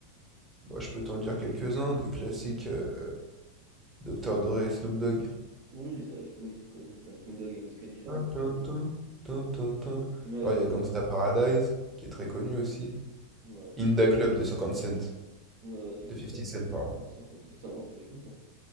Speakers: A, on the right (about 20°); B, on the right (about 60°).
A: Moi, je peux t'en dire quelques-uns, des classiques
B: Ouais.
A: euh, Dr. Dre et Snoop Dogg.
B: Oui, ça, les couilles, c'est connu. Même Snoop Dogg et Wiz Khalifa,
A: Tin,
B: hein.
A: tin, tin, tin, tin, tin.
B: Ouais, ouais,
A: Alors, il y a Gangsta
B: écoute,
A: Paradise, qui est très
B: mm,
A: connu aussi.
B: ouais.
A: In Da Club de 50 Cent,
B: Euh, 50
A: de 50
B: cents
A: Cent,
B: plutôt.
A: pardon.
B: Ouais, 50 cents, t'es un ouf, <laughs> t'es fou, toi.